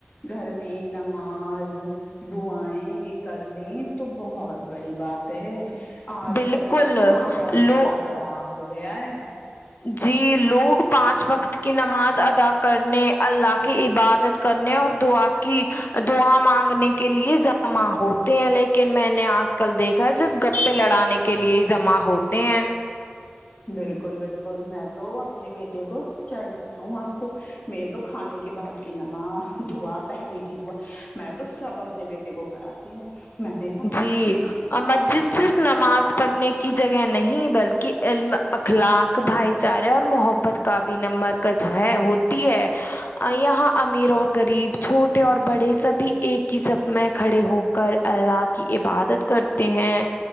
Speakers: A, on the left (about 40°); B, on the left (about 55°).
A: گھر میں نماز دعایں یہ کر لیں تو بہت بڑی بات ہے آج
B: بالکل
A: کل کا تو ماحول
B: لو
A: انا خراب ہو گیا ہے
B: جی لوگ پانچ وقت کی نماز ادا کرنے اللہ کی عبادت کرنے اور دعا کی دعا مانگنے کے لیے جمع ہوتے ہیں لیکن میں نے آج کل دیکھا ہے صرف گپپے لڑانے کے لیے ہی جمع ہوتے ہیں
A: بالکل بالکل میں تو اپنے بیٹے کو چاہ ہ آپ کو میں تو کھانے کے بعد کی نمک دوا پہلے کی دعا میں تو سب اپنے بیٹے کو کراتی ہوں میں نے کہ
B: جی
A: یہ چیزکھں
B: اور مسجد صرف نماز
A: تو کون
B: پڑھنے کی جگہ نہیں بلکہ علم اخلاق بھائی چارے اور محبت کا بھی نمبر کا جو ہے ہوتی ہے یہاں امیر اور غریب چھوٹے اور بڑے سبھی ایک ہی سب میں کھڑے ہو کر اللہ کی عبادت کرتے ہیں